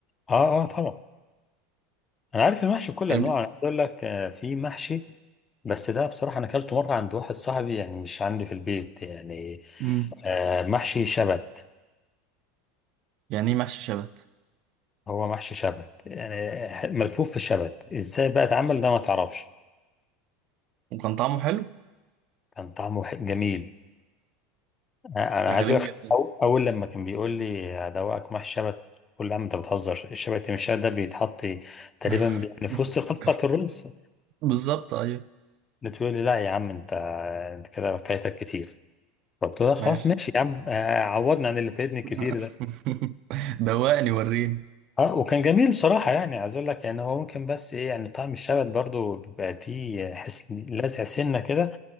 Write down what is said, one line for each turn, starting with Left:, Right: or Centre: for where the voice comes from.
Left: اه اه طبعا انا عارف المحشي كل
Right: الب-
Left: انواعه انا عايز اقول لك آه، في محشي بس ده بصراحه انا اكلته مره عند واحد صاحبي يعني مش عندي في البيت يعني
Right: مم.
Left: آه محشي شبت
Right: يعني ايه محشي شبت
Left: هو محشي شبت يعني ملفوف في الشبت ازاي بقى اتعمل ده ما تعرفش
Right: وكان طعمه حلو
Left: كان طعمه ح- جميل انا
Right: غريب
Left: عايز اقول لك
Right: جدا
Left: أو- اول لما كان بيقول لي هدوقك محشي شبت كل عم انت بتهزر الشبت مش ده بيتحط تقريبا
Right: <laughs>
Left: بي- في وسط الخلطه بتاعت الرز
Right: بالظبط ايوه
Left: بتقول لي لا يا عم انت انت كده فايتك كتير فقلت لها خلاص
Right: ماشي
Left: ماشي يا عم آه، عوضني عن اللي فايتني كتير
Right: <laughs>
Left: ده
Right: دوقني وريني
Left: اه وكان جميل بصراحة يعني عايز اقول لك يعني هو ممكن بس ايه يعني طعم الشبت برضو بيبقى فيه حس لازع سنة كده